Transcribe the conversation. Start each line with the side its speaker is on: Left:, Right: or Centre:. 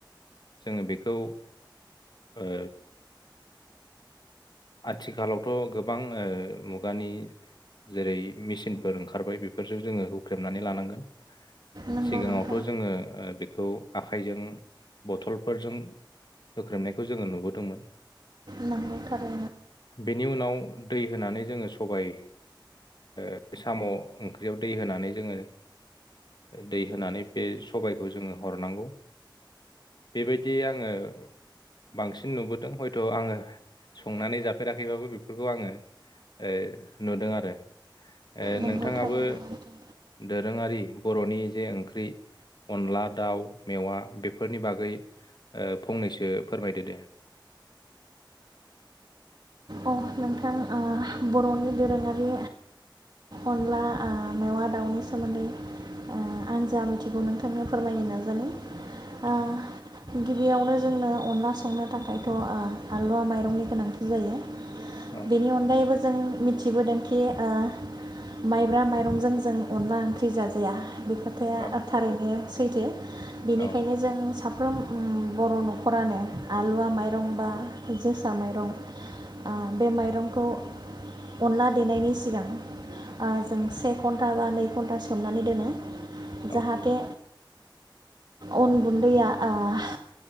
Left: जोङो बेखौ ओ आथिखालावथ' गोबां ओ मुगानि जेरै मेचिनफोर ओंखारबाय बेफोरजों जोङो हुख्रेमनानै लानांगोन
Right: नंगौ
Left: सिगाङावथ'
Right: नोंथां
Left: जोङो ओ बेखौ आखाइजों बथलफोरजों होख्रेमनायखौ जोङो नुबोदोंमोन
Right: नांगौथारै
Left: बेनि उनाव दै होनानै जोङो सबाय ओ साम' ओंख्रियाव दै होनानै जोङो दै होनानै बे सबायखौ जोङो हरनांगौ बेबायदि आङो बांसिन नुबोदों हयथ' आङो संनानै जाफेराखैबाबो बेफोरखौ आङो ओ नुदों आरो ओ
Right: नंगौ
Left: नोंथाङाबो
Right: थारैनो नोंथां
Left: दोरोङारि बर'नि जे ओंख्रि अनला दाउ मेवा बेफोरनि बागै फंनैसो फोरमायदो दे
Right: अ नोंथां ओ बर'नि दोरोङारि अनला ओ मेवा दाउनि सोमोन्दै ओ आं जानो आथिखौ नोंथांनो फोरमायनो नाजानो
Left: औ
Right: ओह गिबियावनो जोंनो अनला संनो थाखायथ' आलुवा माइरंनि गोनांथि जायो
Left: औ
Right: बेनि अनगायैबो जों मिथिबोदोंखि ओ माइब्रा माइरंजों जों अनला ओंख्रि जाजाया बे खोथाया
Left: औ
Right: ओ थारैनो सैथो बेनिखायनो
Left: औ
Right: जों सा साफ्रोम ओ बर' न'खरानो आलुवा माइरं बा जोसा माइरं बा बे माइरंखौ अनला देनायनि सिगां जों से घन्टा बा नै घन्टाससिम सोमनानै दोनो
Left: औ
Right: जाहाथे अन गुन्दैया ओह